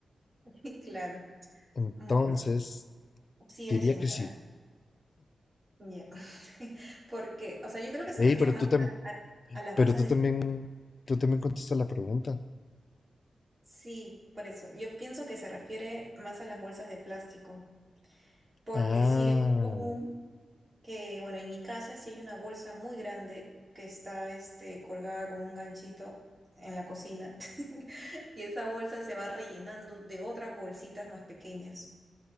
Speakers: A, on the right (about 25°); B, on the left (about 45°).
A: <laughs> Claro.
B: Entonces,
A: Bueno, sí
B: Diría
A: eres señora.
B: que sí.
A: Ya. <laughs> Porque, o sea, yo creo que se
B: Ey,
A: refiere
B: pero
A: más
B: tú,
A: a,
B: tam-
A: la- a- a las
B: pero
A: bolsas
B: tú
A: de
B: también,
A: plástico.
B: tú también contestas la pregunta.
A: Sí, por eso. Yo pienso que se refiere más a las bolsas de plástico. Porque
B: Ah,
A: sí es común que, bueno, en mi casa sí hay una bolsa muy grande que está este, colgada con un ganchito en la cocina <laughs> y esa bolsa se va rellenando de otras bolsitas más pequeñas.